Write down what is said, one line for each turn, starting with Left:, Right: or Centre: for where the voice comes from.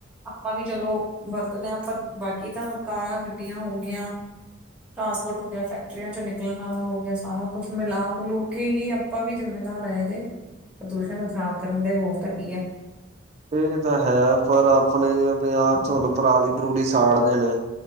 Centre: ਆਪਾਂ ਵੀ ਚਲੋ ਵਰਤਦੇ ਹ ਪਰ ਬਾਕੀ ਤਾਂ ਕਾਰਾਂ, ਗੱਡੀਆਂ ਹੋ ਗਈਆਂ। ਟਰਾਂਸਪੋਰਟ ਹੋ ਗਿਆ ਫੈਕਟਰੀਆਂ ਚ ਨਿਕਲਣ ਵਾਲਾ ਹੋ ਗਿਆ ਸਾਰਾ ਕੁਛ। ਮਿਲਾ ਮਿਲੂ ਕੇ ਹੀ ਆਪਾਂ ਵੀ ਜਿੰਮੇਦਾਰ ਹੈ ਇਦੇ। ਪ੍ਰਦੂਸ਼ਣ ਨੂੰ ਖ਼ਰਾਬ ਕਰਨ ਦੇ ਹੋਰ ਤਾਂ ਕੀ ਹੈ।
Right: ਇਹ ਤਾਂ ਹੈ'ਪਰ ਆਪਣੇ ਜਿਵੇਂ ਪੰਜਾਬ ਚਲੋ, ਪਰਾਲੀ-ਪਰੂਲੀ ਸਾੜਦੇ ਨੇ